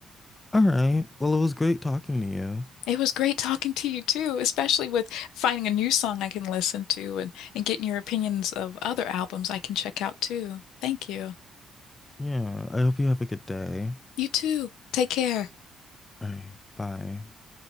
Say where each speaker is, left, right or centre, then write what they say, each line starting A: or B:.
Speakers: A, on the left (about 20°); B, on the left (about 85°).
A: all right well it was great talking to you
B: It was great talking to you too, especially with finding a new song I can listen to and, and getting your opinions of other albums I can check out too. Thank you.
A: yeah I hope you have a good day
B: You too. Take care.
A: all right bye